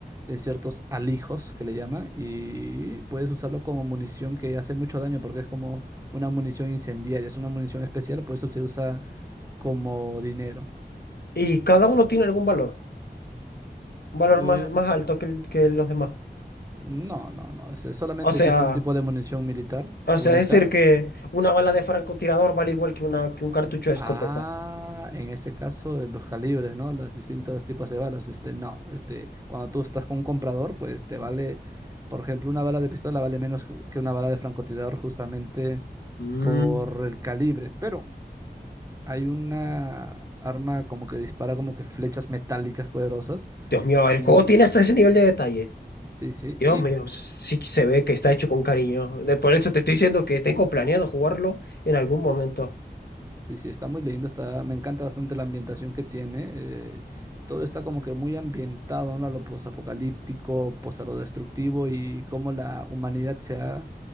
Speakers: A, on the right; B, on the left.
A: en ciertos alijos que le llaman, y puedes usarlo como munición que hace mucho daño porque es como una munición incendiaria, es una munición especial, por eso se usa como dinero.
B: Y cada uno tiene algún valor, un valor
A: Eh,
B: más, más alto que, el- que los demás.
A: no, no, no, es- solamente
B: O sea,
A: existe un tipo de munición militar
B: o
A: única
B: sea, es decir que una bala de francotirador vale igual que una, que un cartucho de escopeta.
A: Ah, en ese caso, de los calibres, ¿no? Los distintos tipos de balas. Este, no, este, cuando tú estás con un comprador, pues te vale, por ejemplo, una bala de pistola vale menos que que una bala de francotirador justamente
B: Mm,
A: por el calibre. Pero hay una arma como que dispara como que flechas metálicas poderosas.
B: Dios mío,
A: Y
B: el juego tiene hasta ese nivel de detalle.
A: sí, sí.
B: Dios mío, sí que se ve que está hecho con cariño. De- Por eso te estoy diciendo que tengo planeado jugarlo en algún momento.
A: Sí, sí, está muy lindo, está, me encanta bastante la ambientación que tiene. eh, todo está como que muy ambientado, ¿no? A lo posapocalíptico, pues a lo destructivo y cómo la humanidad se ha,